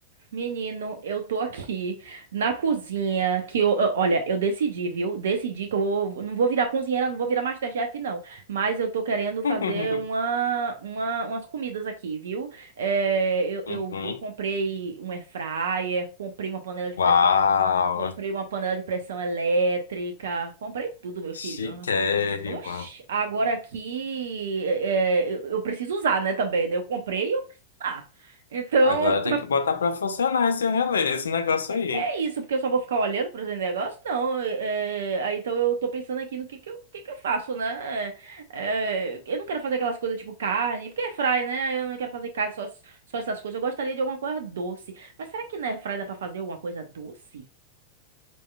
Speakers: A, on the right; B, on the left.
A: Menino, eu tô aqui na cozinha que eu, eu- olha, eu decidi, viu? Decidi que eu vou- não vou virar cozinheira, não vou virar MasterChef, não. Mas eu tô querendo fazer
B: <laughs>
A: uma, uma- umas comidas aqui, viu? É, eu,
B: Uhum.
A: eu, eu comprei um air fryer, comprei uma panela de pressão,
B: Uau,
A: comprei uma panela de pressão elétrica, comprei tudo, meu filho.
B: chiquérrima.
A: Oxi, agora aqui é, é, eu, eu preciso usar, né, também, né? Eu comprei e eu preciso usar. Então,
B: Agora tem que botar pra funcionar esse relé, esse negócio aí.
A: É isso, porque eu só vou ficar olhando para os negócios? Não. É, é, aí então eu tô pensando aqui no que que eu, que que eu faço, né? É, é, eu não quero fazer aquelas coisas tipo carne, porque é fry, né? Eu não quero fazer carne, só, só essas coisas. Eu gostaria de alguma coisa doce. Mas será que na airfry dá para fazer alguma coisa doce?